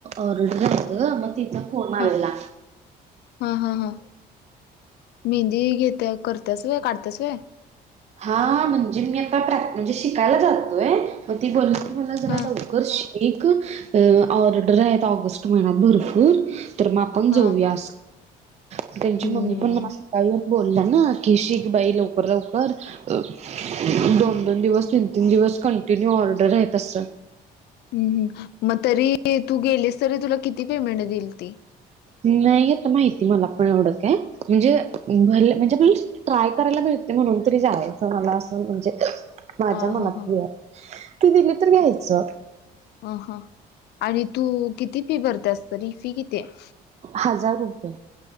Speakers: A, on the right; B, on the left.
A: ऑर्डर आहे ग मग तिचा फोन
B: हा
A: आलेला.
B: हा हा हा मेहंदी घेते करतेस व्हय काढतेस व्हय.
A: हा म्हणजे मी आता प्रॅ म्हणजे शिकायला जातोय मग ती बोलून तू मला जरा
B: हा
A: लावून <unintelligible> ऑर्डर आहेत ऑगस्ट महिन्यात भरपूर, तर म आ
B: हा
A: <unintelligible> त्याची
B: हम्म
A: मम्मी पण मला सकाळी येऊन बोल बोलला ना कि शिख बाई लवकर लवकर अह दोन दोन दिवस, तीन तीन दिवस कंटिन्यू ऑर्डर आहे तस
B: हम्म मग तरी तू गेलीस तरी तुला किती पेमेंट देईल ती?
A: नाही आता माहिती मला पण एवढं काय, म्हणजे भरलं म्हणजे मी ट्राय करायला मिळते म्हणून तरी जायचं मला असं म्हणजे माझ्या
B: हा
A: मनात
B: हा हा
A: ते आहे. ती दिली तर घ्यायचं
B: अह आणि तू किती फी भरतेस तरी फी किती आहे?
A: हजार रुपये.